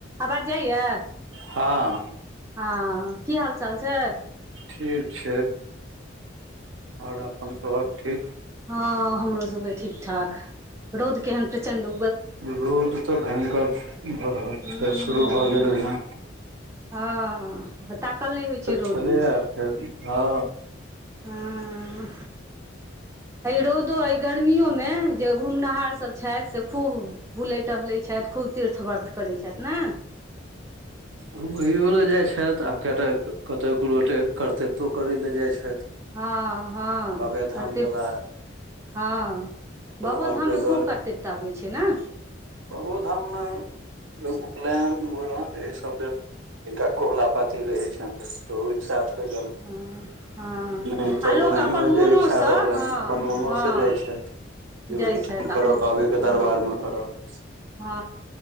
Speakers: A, on the right; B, on the right.
A: आवाज जाइए
B: हँ
A: हँ की हाल चाल छै
B: ठीक छै आओर अपन सबहक ठीक
A: हँ हमरो सबके ठीक ठाक रौद केहन प्रचंडू
B: रोद तऽ भयङ्कर भऽ रहल
A: हूँ
B: छै शुरू भऽ गेलहिना
A: हँ ताकल नहि होइ छै
B: फेर
A: रौद दिस
B: हँ
A: हुँ रौदो गर्मियो मे जे घुमनिहार सभ छथि से खूब बुलैत टहलै छथि खूब तीर्थ वर्थ करैत छथि ने
B: घुमैयो लए जाइ छथि आब कएटा कतहु ग रोटे करततो करय लेलए जाइत छथि
A: हँ हँ
B: बाबाधाम
A: करतिप्त
B: गेला
A: हँ
B: कतहु
A: बाबो
B: आओर
A: धाममे
B: जगह
A: खूब करतिबता होइ छै ने
B: बाबोधाममे उपलयन मुड़न एहिसभ लेल हिनका कबुला पाती रहै छनि तऽ तहु एक साथ <unintelligible>
A: हँ हँ
B: नहि तऽ
A: आ लोक
B: ओनाहिये
A: अपन मोनोसँ
B: जे इच्छा रहलनि
A: हँ
B: अपन मोनोसँ
A: हँ
B: जाइ छैथ जे
A: जाइ
B: ओहिठाम
A: छथि आ
B: करब
A: खूब
B: बाबेके दरबारमे
A: हँ
B: करब
A: हँ